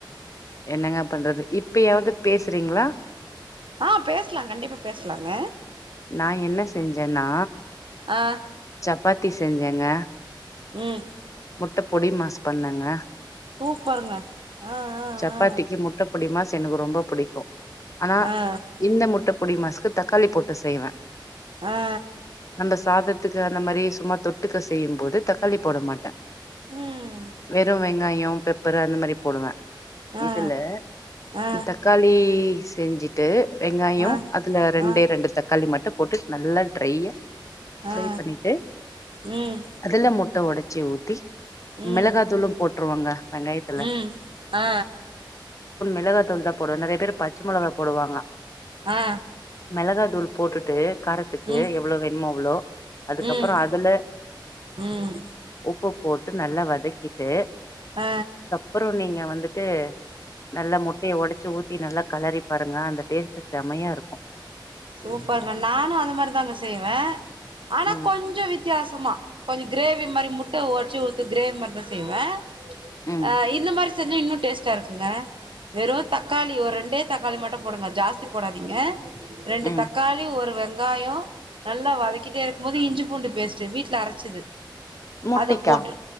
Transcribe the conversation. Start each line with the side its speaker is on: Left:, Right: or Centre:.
Left: என்னங்க பண்றது இப்பியாவது பேசிறீங்களா
Right: ஆ பேசலா கண்டிப்பா பேசலாங்க
Left: நா என்ன செஞ்சேன்னா
Right: ஆ
Left: சப் ப்பாத்தி செஞ்சேங்க
Right: ம்
Left: முட்டபொடி மாஸ் பண்ணங்க
Right: சூப்பருங்க ஆ ஆ
Left: சப்பாத்திக்கு முட்டபுடிமாஸ் எனக்கு ரொம்ப புடிக்கு ஆனா
Right: ஆ ஆ
Left: இந்த முட்டப் பொடி மாஸ்க்கு தக்காளி போட்டு செய்வே
Right: ஆ
Left: நம்ம சாதத் த்துக்கு அந்த மாரி சும்மா தொட்டுக்க செய்யும் போது தக்காளி போடமாட்டே
Right: ம்
Left: வெறு வெங்காயோம் பெப்பரு அந்த மாரி போடுவே
Right: ஆ
Left: இதுல
Right: ஆ
Left: இ தக்காளிஸ் செஞ்சுட்டு வெங்காயோ
Right: ஆ
Left: அதுல ரெண்டு
Right: ஆ
Left: ரெண்டு தக்காளி மட்டு போட்டு நல்லா ட்ரையா ஃபிரை
Right: ஆ
Left: பண்ணிட்டு
Right: ம்
Left: அதுல முட்ட ஒடச் ச்சி ஊத் த்தி
Right: ம்
Left: மிளகா தூளு போட் ட்ருவாங்க வெங்காயத்ல
Right: ம் ஆ
Left: மிளகாத்தூள்தாபோடுவே நெறைய பேர் பச்சைமிளகா போடுவாங்க
Right: ஆ
Left: மிளகாத்தூள் போட்டுட்டு காரத்துக்கு
Right: ம்
Left: எவ்ளோ வேணுமோஅவ்ளோ அதுக்கப்புறோ
Right: ம்
Left: அ அதுல
Right: ம்
Left: உப்பு போட்டு நல்லா வதக் தக்கிட்டு
Right: அ
Left: அப்புறோ நீங்க வந்துட்டு நல்ல முட்டைய ஒடச்சு ஊத்து ட்டி நல்லா கலறி பாருங்க அந்த டேஸ்ட்டு செம்மையா இருக்கு
Right: சூப்பர் நானு அந்த மாரிதாங்க செய்வே ஆனா
Left: ம்
Right: கொஞ்சோ வித்தியாசமா கொஞ்சோ கிரேவி மாரி முட்ட ஒடச் ஊத் கிரேவி மாரிதா செய்வே
Left: ம்
Right: அ இந்த மாரி செஞ்ச இன்னு டேஸ்ட்டா இருக்குங்க வெறு தக்காளி ஒரு ரெண்டே தக்காளி மட்டு போடுங்க ஜாஸ்தி போடாதீங்க ரெண்டு
Left: ம்
Right: தக்காளி ஒரு வெங் வெங்காயோ நல்லா வதக்கிட்டே இருக்கு போது இஞ்சி பூண்டு பேஸ்ட் வீட்ல அரச்சிது
Left: முட்டைக்கா
Right: அத போட்ரு